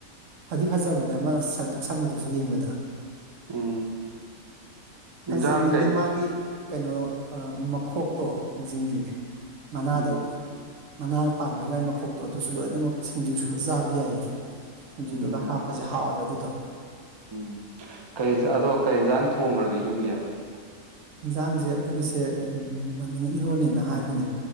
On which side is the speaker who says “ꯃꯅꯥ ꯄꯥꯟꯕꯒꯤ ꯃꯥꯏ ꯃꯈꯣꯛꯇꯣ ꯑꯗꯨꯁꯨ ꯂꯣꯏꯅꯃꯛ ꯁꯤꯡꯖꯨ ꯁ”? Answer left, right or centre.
Right